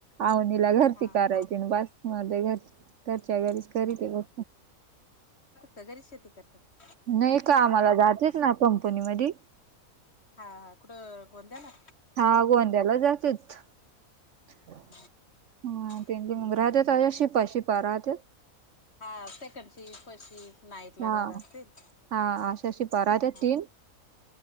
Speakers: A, on the right; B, on the left.
A: आवनीला घरची
B: हा
A: कायची
B: हा
A: ना बस. म घर घच्या घरी करी ते बघ.
B: सगरीष्यती कतात.
A: नाही का आम्हाला जातच ना कंपनीमध्ये.
B: हा कुठं गोंद्याला.
A: हा गोंद्याला जातेच. ह
B: हा
A: तें
B: हा
A: मग राहते शिपा शिपा राहत.
B: हा second shift, first shift, night ला
A: हा.
B: राहत असतील.
A: हा अशा शिपा राहतात
B: हा
A: तीन.